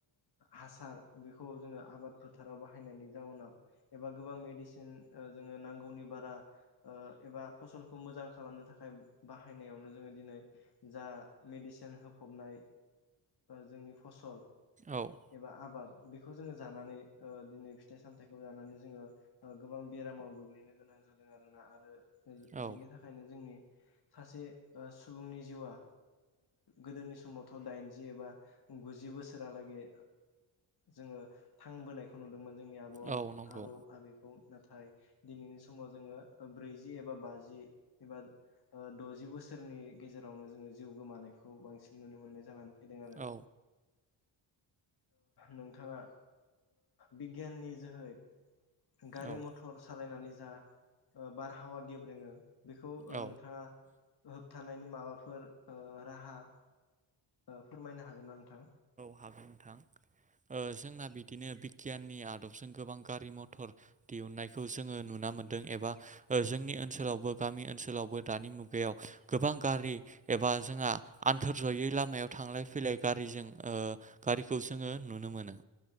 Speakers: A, on the left; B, on the right.
A: हासार बेखौ जोङो आबाद फोथाराव बाहायनायनि जाउनाव एबा गोबां मेडिसिन जोङो नांगौनि बा फ मोजांनो थाखाय बाहायनायावनो जोङो दिनै जा मेडिसिन होफबनाय जोंनि फसल
B: औ
A: एबा आबाद बेखौ जोङो जानानै दिनै फिथाइ सामथायाइखौ जानानै जोङो गोबां बेरामाव गोग्लैनो गोनां जादों आरोोना आरो
B: औ
A: बेनि थाखायनो जोंनि सासे सुबुंनि जिउआ गोदोनि समावथ' दाइनजि एबा गुजि बोसोरालागै जोङो थांबोनायखौ नुदोंमोन जोंनि आबौ आबौ
B: औ नंगौ
A: आबौ आबौखौ नाथाय दिनैनि समाव जोङो ब्रैजि एबा बाजि एबा द जि बोसोरनि गेजेरावनो जोङो जिउ गोमानायखौ बांसिन नुनो मोननाय जानानै फैदों आरो
B: औ
A: नोंथाङा बिगियाननि जोहै गारि
B: औ
A: मथर सालायनानै जा बारहावा गेब्रेङो बेखौ
B: औ
A: नोंथाङा होबथानायनि माबाफोर राहा फोरमायनो हागोन ना नोंथां
B: हागोन नोंथां जोंना बिदिनो बिगियाननि आदबजों गोबां गारि मथर दिहुनन्नायखौ जोङो नुनानै मोनदों एबा जोंनि ओनसोलावबो गामि ओनसोलावबो दानि मुगायाव गोबां गारि एबा जोंहा आन्थोर जयै लामायाव थांलाय फैलाय गारिजों गारिखौ जोङो नुनो मोनो